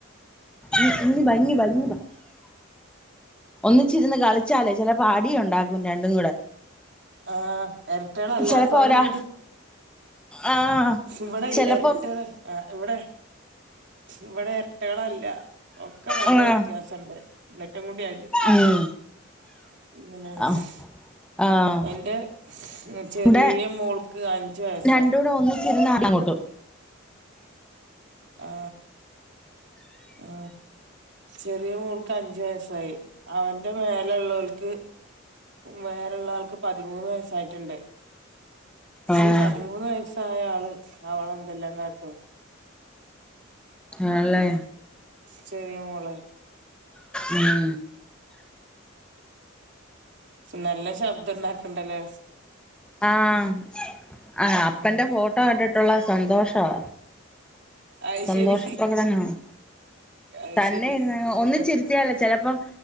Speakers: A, in the centre; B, on the right.
A: ഇ ഭംഗി ഭംഗി ഒന്നിച്ചിരുന്ന കാലത്തി ലാണേ ചെലപ്പോ അടി ഒണ്ടാക്കും രണ്ടും കൂടെ-
B: ആഹ് എരട്ടള അല്ലാത്തവരന്നെ
A: ചിലപ്പോ ഒരാ
B: അടി
A: ആഹ്
B: ഇവിടെ
A: ചിലപ്പം
B: ഇരട്ടകൾ- ഇവിടെ ഇവിടെ ഇരട്ടകളല്ല- ഒക്കെ നല്ല
A: ആഹ്
B: വ്യത്യാസുണ്ട് എന്നിട്ടും കൂടിയായിട്ട്
A: ഉം
B: <unintelligible>
A: ആഹ് ആഹ്
B: എന്റെ ചെറിയ
A: ഇവിടെ
B: മോൾക്ക് അഞ്ചു വയസ്സാ
A: രണ്ടൂടെ ഒന്നിച്ചിരുന്ന് അടി കൂട്ടും
B: ആ ആ ചെറിയ മോൾക്ക് അഞ്ചു വയസായി അവന്റെ മേലുള്ളക്ക് വേറെുള്ള ആൾക്ക് പതിമൂന്ന് വയസ്സ് യിട്ടുണ്ട്
A: ആഹ്
B: ഈ പതിമൂന്ന് വയസ്സായ ആള് അവള എന്തെല്ലാം കാ ട്ടും <unintelligible>
A: ആണ് ആല്ലേ
B: ചെറിയ മോളെ-
A: ഉം
B: നല്ല ശബ്ദംണ്ടാക്കണ്ടല്ലോ
A: ആഹ ആ അപ്പന്റെ
B: ഉം
A: ഫോട്ടോ കണ്ടിട്ടുള്ള സന്തോഷമാ
B: അത്
A: സന്തോഷപ്രകടനമാണ്
B: ശരി അത്
A: തന്നെ
B: ശരി
A: ഒന്നിച്ചിരുത്തിയാല
B: അം
A: ചിലപ്പോം